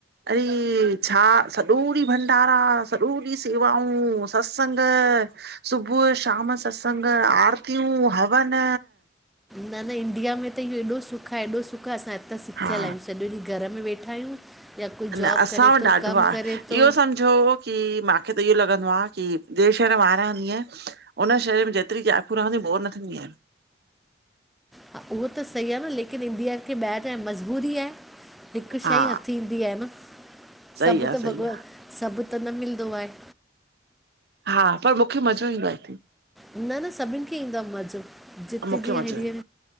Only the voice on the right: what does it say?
अड़े छा सॼो ॾींहुं भंडारा सॼो ॾींहुं सेवाऊं सत्संग <unintelligible> सुबुह शाम सतसंग आर्तियूं हवन
हा
न असां
वटि
ॾाढो
आ
इहो सम्झो की मां मूंखे त इहो लॻंदो आहे की ॿे शहर वां रहंदी आहिय उन शहर में जेतिरी झाकयूं रहंदी बो न थींदयूं आहनि।
हा
सही
आहे
सही
आहे
हा पर मूंखे मज़ो ईंदो हिथे
मूंखे
मज़ो
ईंदो